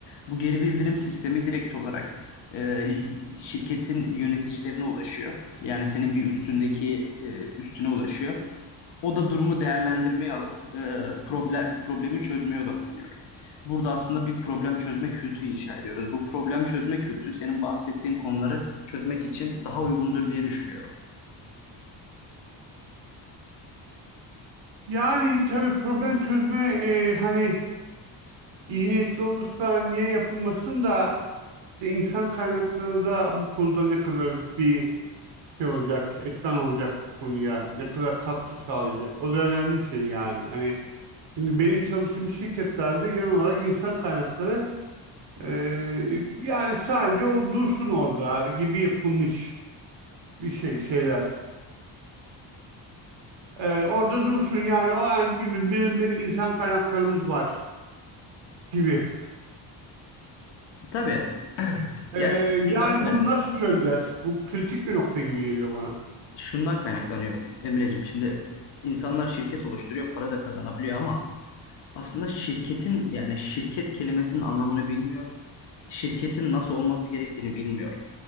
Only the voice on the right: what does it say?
Yani tabii problem çözme e, hani iyi niyetli olursa niye yapılmasın da işte insan kaynakları da bu konuda ne kadar bir şey olacak, etmen olacak bu konuya, ne kadar katkı sağlayacak. O da önemli bir şey yani. Hani Çünkü benim çalıştığım şirketlerde genel olarak insan kaynakları e, yani sadece o dursun orada gibi yapılmış bir şey şeyler. E, orada dursun yani o yani bir, bir, bir insan kaynaklarımız var gibi.
E,
yani
bunu nasıl çözeceğiz? Bu kritik bir nokta gibi geliyor bana.